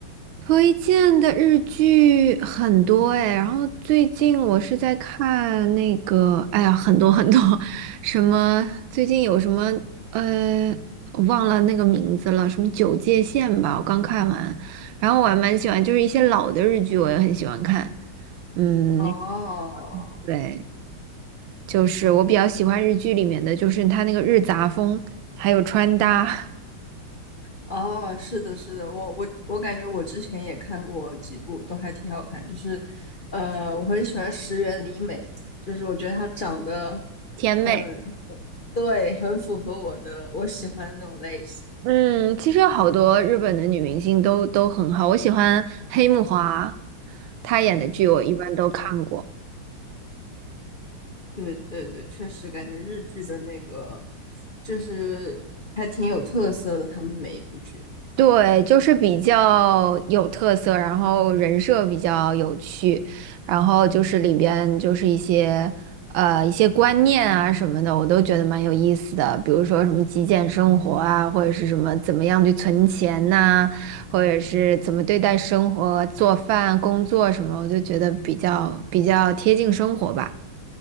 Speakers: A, on the right; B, on the left.
A: 推荐的日剧很多哎，然后最近我是在看那个，哎呀，很多很多，<laughs> 什么最近有什么呃，我忘了那个名字了，什么《九界线》吧，我刚看完，然后我还蛮喜欢，就是一些老的日剧我也很喜欢看，嗯，
B: 哦。
A: 对，就是我比较喜欢日剧里面的，就是它那个日杂风，还有穿搭，
B: 哦，是的，是的，我我我感觉我之前也看过几部，都还挺好看。就是，呃，我很喜欢石原里美，就是我觉得她长得
A: <laughs> 甜美。
B: 很对，很符合我的我喜欢的那种类型。
A: 嗯，其实好多日本的女明星都都很好，我喜欢黑木华，她演的剧我一般都看过。
B: 对对对，确实感觉日剧的那个就是还挺有特色的，他们每一部剧。
A: 对，就是比较有特色，然后人设比较有趣，然后就是里边就是一些呃一些观念啊什么的，我都觉得蛮有意思的。比如说什么极简生活啊，或者是什么怎么样去存钱呐、或者是怎么对待生活、做饭、工作什么，我就觉得比较比较贴近生活吧。